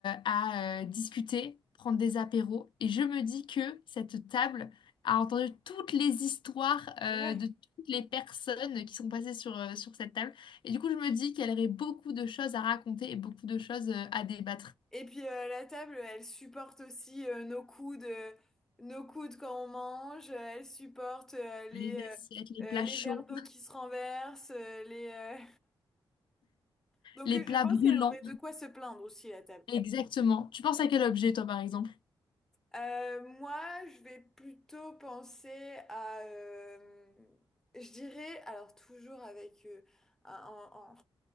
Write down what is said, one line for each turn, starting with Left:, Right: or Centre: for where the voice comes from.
Left: à euh, discuter, prendre des apéros. Et je me dis que cette table a entendu toutes les histoires euh,
Centre: Ouais.
Left: de toutes les personnes qui sont passées sur, euh, sur cette table. Et du coup, je me dis qu'elle aurait beaucoup de choses à raconter et beaucoup de choses euh, à débattre.
Centre: Et puis euh, la table, elle supporte aussi euh, nos coudes, euh, nos coudes quand on mange. euh, Elle supporte euh, les
Left: Les
Centre: euh,
Left: assiettes, les
Centre: euh,
Left: plats
Centre: les
Left: chauds,
Centre: verres d'eau qui se renversent. euh, les euh, <laughs> donc
Left: les
Centre: euh,
Left: plats
Centre: je pense
Left: brûlants.
Centre: qu'elle aurait de quoi se plaindre aussi la table.
Left: Exactement. Tu penses à quel objet, toi, par exemple?
Centre: Euh, moi, je vais plutôt penser à, euh, je dirais, alors toujours avec euh, un-